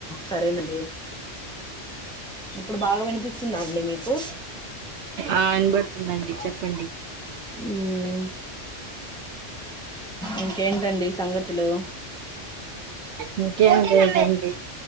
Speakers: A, in the centre; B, on the right (about 70°).
A: సరేనండి ఇప్పుడు బాగా వినిపిస్తుందా అండి మీకు
B: ఆ ఇనబడుతుందండి చెప్పండి
A: ఊ మ్ ఇంకేంటండి సంగతులు
B: ఇంకేం లేదండి